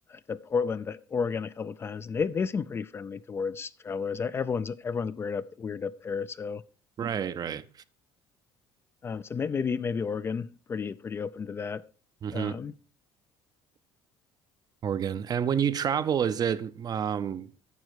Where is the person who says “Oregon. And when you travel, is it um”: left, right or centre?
Right